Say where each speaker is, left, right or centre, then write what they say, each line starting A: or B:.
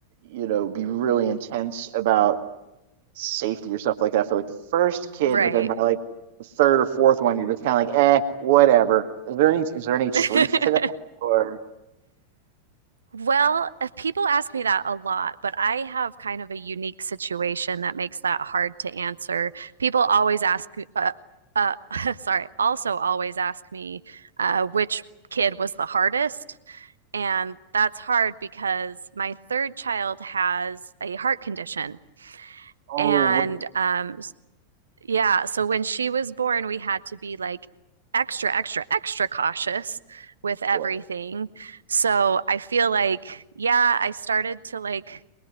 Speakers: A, on the right; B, on the right.
A: you know, be really intense about safety or stuff like that for like the first kid,
B: Right.
A: but then by like the third or fourth one, you're just kind of like, eh, whatever. Is there any is there any truth
B: <laughs>
A: to that? Or
B: Well, uh, people ask me that a lot, but I have kind of a unique situation that makes that hard to answer. People always ask, uh, uh, <laughs> sorry, also always ask me uh, which kid was the hardest. And that's hard because my third child has a heart condition.
A: oh,
B: And
A: right.
B: um, yeah, so when she was born, we had to be like extra, extra, extra cautious with everything.
A: sure.
B: So I feel like, yeah, I started to like